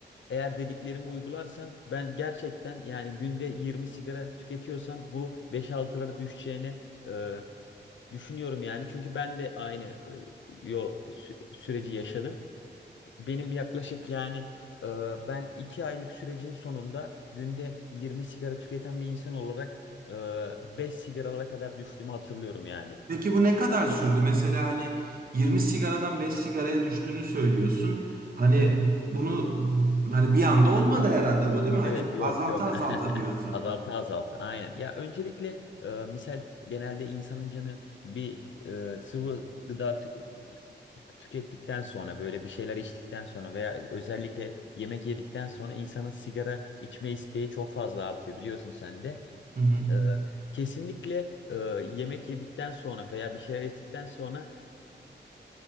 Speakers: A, on the left (about 80°); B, on the right (about 50°).
A: eğer dediklerimi uygularsan ben gerçekten yani günde 20 sigara tüketiyorsan bu 5-6'lara düşeceğini e, düşünüyorum yani. Çünkü ben de aynı e, yol sü- süreci yaşadım. Benim yaklaşık yani e, ben 2 aylık sürecin sonunda günde 20 sigara tüketen bir insan olarak e, 5 sigaralara kadar düştüğümü hatırlıyorum yani.
B: Peki bu ne kadar sürdü? Mesela hani 20 sigaradan 5 sigaraya düştüğünü söylüyorsun. Hani
A: Evet.
B: bunu hani bir anda olmadı herhalde bu değil mi? Hani
A: Evet yok
B: azalta
A: yok.
B: azalta
A: <laughs>
B: diyorsun.
A: Azalta azalta aynen. Ya öncelikle e, misal genelde insanın canı bir e, sıvı gıda tü- tükettikten sonra böyle bir şeyler içtikten sonra veya özellikle yemek yedikten sonra insanın sigara içme isteği çok fazla artıyor biliyorsun sen de.
B: Hı hı.
A: E, kesinlikle e, yemek yedikten sonra veya bir şeyler içtikten sonra